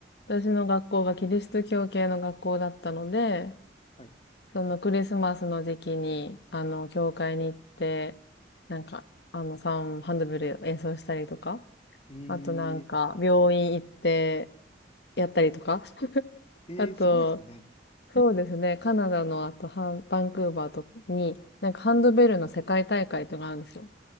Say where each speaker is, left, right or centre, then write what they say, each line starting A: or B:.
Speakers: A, on the left; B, on the left.
A: 私の学校がキリスト教系の学校だったので、
B: はい。
A: そのクリスマスの時期に、あの、教会に行って、なんか、あの、サン、ハンドベル演奏したりとか、
B: え
A: あとなんか、
B: ー、
A: 病院行って、やったりとか、<laughs>
B: えー、
A: あと、
B: すごいですね。
A: そうですね。カナダのあとハン、バンクーバーとかに、なんかハンドベルの世界大会とかあるんですよ。
B: はい。